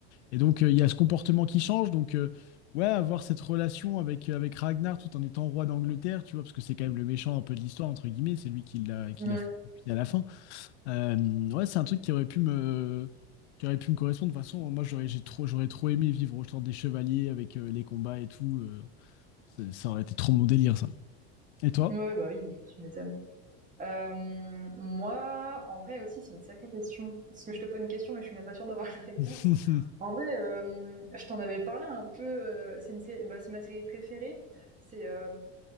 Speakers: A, on the left; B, on the right.
A: Et donc, euh, il y a ce comportement qui change. Donc, euh, ouais, avoir cette relation avec, euh, avec Ragnar tout en étant roi d'Angleterre, tu vois, parce que c'est quand même le méchant un peu de l'histoire, entre guillemets, c'est lui qui l'a qui
B: Ouais.
A: l'a fait exécuter à la fin. Euh, ouais, c'est un truc qui aurait pu me, qui aurait pu me correspondre. De toute façon, moi, j'aurais j'ai trop, j'aurais trop aimé vivre au temps des chevaliers avec euh, les combats et tout. euh, ça ça aurait été trop mon délire, ça. Et toi?
B: Ouais, bah oui, mais tu m'étonnes. Euh, moi, en vrai aussi, c'est une sacrée question. Parce que je te pose une question, mais je suis même pas sûre d'avoir <laughs> la réponse.
A: <laughs>
B: En vrai, euh, je t'en avais parlé un peu. euh, c'est une série, bah, c'est ma série préférée. C'est, euh,